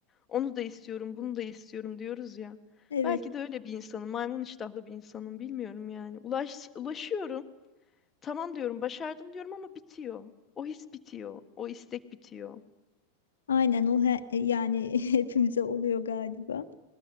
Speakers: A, on the left; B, on the left.
A: Onu da istiyorum, bunu da istiyorum diyoruz ya.
B: Evet,
A: Belki de öyle bir insanım, maymun iştahlı bir insanım bilmiyorum yani. Ulaş, ulaşıyorum, tamam diyorum, başardım diyorum ama bitiyor. O his bitiyor, o istek bitiyor.
B: aynen o he- e, yani <laughs> hepimize oluyor galiba.